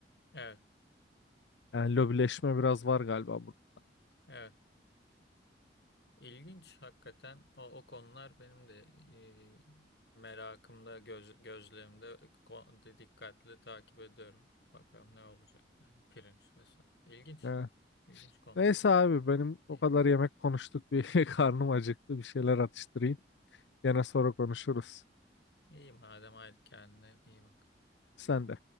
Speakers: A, on the left; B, on the left.
A: Evet,
B: Yani lobileşme biraz var galiba burada.
A: evet. İlginç hakikaten o, o konular benim de e, merakımda, göz, gözlerimde ko- de- dikkatli takip ediyorum. Bakalım ne olacak yani pirinç vesaire. İlginç,
B: Evet.
A: ilginç konular.
B: Neyse abi benim
A: İyi,
B: o kadar yemek konuştuk bir <laughs> karnım acıktı bir şeyler atıştırayım. Gene sonra konuşuruz.
A: iyi madem hadi kendine iyi bak.
B: Sen de.